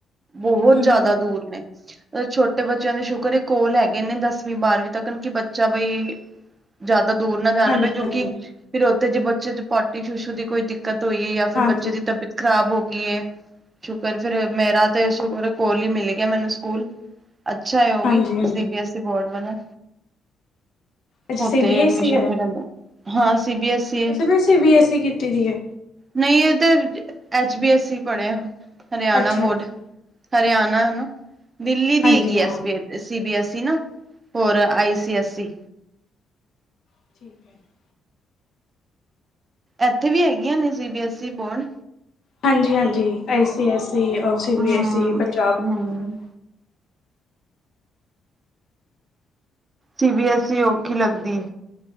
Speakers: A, on the right (about 30°); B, on the left (about 65°).
A: ਬਹੋਤ ਜ਼ਿਆਦਾ
B: ਹੂੰ
A: ਦੂਰ ਨੇ ਛੋਟੇ ਬੱਚਿਆਂ ਸ਼ੁਕਰ ਇਹ ਕੋਲ ਹੈਗੇ ਨੇ ਦਸਵੀਂ ਬਾਰਵੀਂ ਤੱਕਨ ਕਿ ਬੱਚਾ ਬਈ ਜ਼ਆਦਾ ਦੂਰ ਨਾ ਜਾਨਾ
B: ਹਾਂਜੀ
A: ਪਏ ਕਿਉਂਕਿ
B: ਹਾਂਜੀ
A: ਫਿਰ ਉੱਥੇ ਜੇ ਬੱਚੇ ਦੀ ਪਾੳਟੀ ਸ਼ੁਸ਼ੂ ਦੀ ਕੋਈ ਦਿੱਕਤ ਹੋਈ ਹੈ ਯਾ ਫਿਰ
B: ਹਾਂਜੀ
A: ਬੱਚੇ ਦੀ ਤਬੀਅਤ ਖ਼ਰਾਬ ਹੋ ਗਈ ਏ ਸ਼ੁਕਰ ਫੇਰ ਮੇਰਾ ਤੇ ਸ਼ੂਕਰ ਕੋਲ ਈ ਮਿਲ ਗਿਆ ਮੈਨੂੰ ਸਕੂਲ ਅੱਛਾ ਏ
B: ਹਾਂਜੀ
A: ਉਹ ਵੀ
B: ਹਾਂਜੀ
A: C B S E board ਵੱਲਾ
B: ਅੱਛਾ ਸੀ
A: ਉੱਥੇ
B: ਬੀ
A: ਐਡਮਿਸ਼ਨ
B: ਐੱਸ ਈ ਹੈ
A: ਕਰਨ ਦਾ ਹਾਂ ਸੀ ਬੀ ਐਸ ਈ
B: ਤੁਸੀਂ ਵੀ ਸੀ ਬੀ ਐੱਸ ਈ ਕੀਤੀ ਦੀ ਏ
A: ਨਹੀਂ ਇਹ ਤੇ ਐਚ ਬੀ ਐੱਸ ਈ ਪੜ੍ਹਿਆ ਹਰਿਆਨਾ
B: ਅੱਛਾ
A: ਬੋਰਡ
B: ਅੱਛਾ
A: ਹਰਿਆਨਾ ਦਿੱਲੀ
B: ਹਾਂਜੀ
A: ਦੀ ਹੈਗੀ
B: ਹਾਂਜੀ
A: ਐਸ ਬੀ ਐਸਈ ਨਾ ਹੋਰ ਆਈ
B: ਅੱਛਾ
A: ਸੀ ਐਸ ਸੀ
B: <inaudible>
A: ਐਥੇ ਵੀ ਹੈਗੀਆਂ ਨੇ C B S E board
B: ਹਾਂਜੀ ਹਾਂਜੀ ਆਈ ਸੀ ਐੱਸ ਈ ਓ ਸੀ
A: ਹੂੰ
B: ਬੀ ਐੱਸ ਈ ਪੰਜਾਬ <unintelligible>
A: ਹੂੰ ਸੀ ਬੀ ਐੱਸ ਈ ਔਖੀ ਲੱਗਦੀ